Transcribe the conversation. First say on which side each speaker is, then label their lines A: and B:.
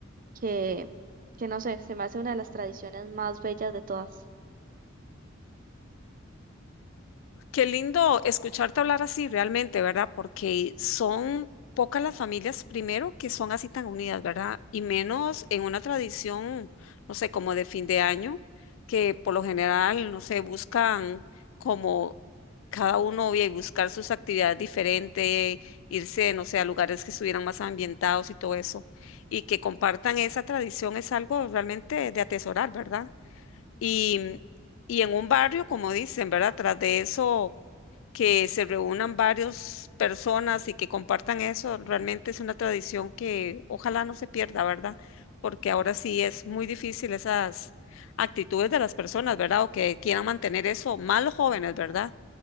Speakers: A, on the right (about 45°); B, on the left (about 75°).
A: que, que no sé, se me hace una de las tradiciones más bellas de todas.
B: Qué lindo escucharte hablar así realmente, ¿verdad? Porque son pocas las familias, primero, que son así tan unidas, ¿verdad? Y menos en una tradición, no sé, como de fin de año, que por lo general, no sé, buscan como cada uno y buscar sus actividades diferentes, irse, no sé, a lugares que estuvieran más ambientados y todo eso. Y que compartan esa tradición es algo realmente de atesorar, ¿verdad? Y, y en un barrio, como dicen, ¿verdad? Tras de eso, que se reúnan varias personas y que compartan eso, realmente es una tradición que ojalá no se pierda, ¿verdad? Porque ahora sí es muy difícil esas actitudes de las personas, ¿verdad? O que quieran mantener eso, más los jóvenes, ¿verdad?